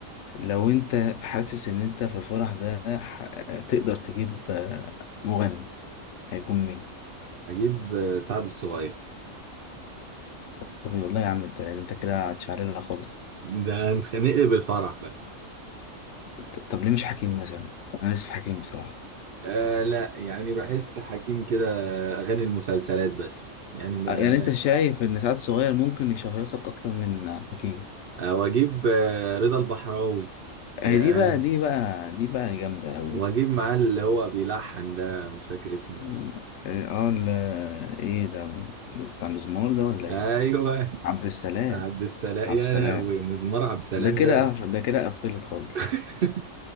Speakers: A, on the left (about 70°); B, on the right (about 60°).
A: لو انت حاسس ان انت في الفرح ده ح- تقدر تجيب آه، مغني هيكون مين
B: أجيب آه، سعد الصغير
A: طب والله يا عم انت يعني انت كده هتشعللها خالص
B: ده هنخنق بالفرح بقى
A: ط- طب ليه مش حكيم مثلا انا نفسي في حكيم بصراحه
B: آه لا يعني بحس حكيم كده اغاني المسلسلات بس يعني ما
A: آه، يعني
B: أغاني.
A: انت شايف ان سعد الصغير ممكن يشهيصك اكتر من حكيم
B: آه واجيب آه رضا البحراوي
A: آه،
B: آه, آه
A: دي بقى دي بقى دي بقى جامده قوي
B: واجيب
A: دي
B: معاه اللي هو بيلحن ده مش فاكر اسمه
A: مم.
B: ايه
A: ايه اه ال- ايه ده ما- بتاع المزمار ده ولا
B: ايوه
A: ايه عبد السلام
B: عبد السلام
A: عبد
B: يا
A: السلام
B: لهوي مزمار عبد السلام
A: ده كده
B: ده
A: قف- ده كده قفلت خالص
B: <laughs>